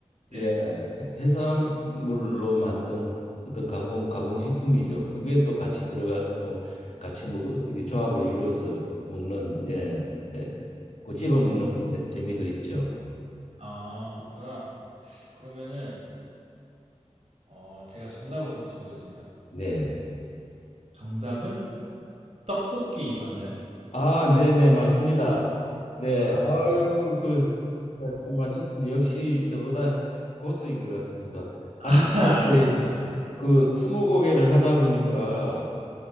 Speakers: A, on the right (about 65°); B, on the left (about 75°).
A: 네.
B: 예 해- 해산물로 만든 어떤 가공 가공식품이죠. 그게 또 같이 들어가서 뭐 같이 뭐 이게 조합을 이루어서 먹는 예, 예, 그 찝어 먹는 재미도 있죠.
A: 아, 그렇구나. 그러면은 어, 제가 정답을 한 번 맞춰보겠습니다.
B: 네.
A: 정답은 떡볶이 맞나요?
B: 아, 네네, 맞습니다. 네,
A: 아,
B: 아유, 그, 잘 맞췄네. 역시 저보다 고수인 것 같습니다.
A: <laughs>
B: 아니,
A: 알겠습니다.
B: 이렇게 그 스무고개를 하다 보니까,